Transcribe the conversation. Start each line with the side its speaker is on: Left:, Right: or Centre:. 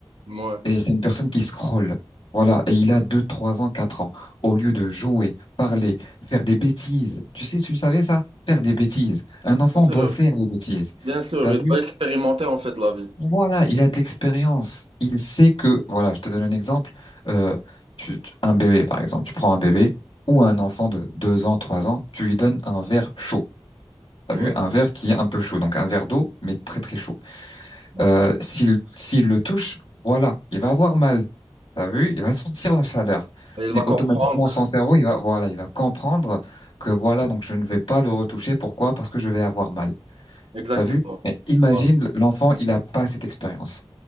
Right: Ouais.
Left: Et c'est une personne qui scrolle. Voilà, et il a deux, trois ans, quatre ans. Au lieu de jouer, parler, faire des bêtises. Tu sais, tu le savais ça? Faire des bêtises. Un
Right: Bien
Left: enfant
Right: sûr,
Left: doit faire les bêtises.
Right: bien sûr,
Left: T'as
Right: il
Left: vu?
Right: va expérimenter en fait la vie.
Left: Voilà, il a de l'expérience. Il sait que, voilà, je te donne un exemple. Euh, tu- tu- un bébé, par exemple, tu prends un bébé ou un enfant de deux ans, trois ans, tu lui donnes un verre chaud. T'as
Right: Ouais,
Left: vu, un verre qui est un peu chaud, donc un verre d'eau, mais très très chaud.
Right: ouais.
Left: Euh, s'il s'il le touche, voilà, il va avoir mal. T'as vu, il va sentir la chaleur.
Right: Et il va
Left: Mais
Right: comprendre
Left: automatiquement, son cerveau, il va, voilà, il va comprendre que voilà, donc je ne vais pas le retoucher. Pourquoi? Parce que je vais avoir mal.
Right: exactement.
Left: T'as vu? Mais imagine,
Right: Voilà.
Left: l'enfant, il n'a pas cette expérience.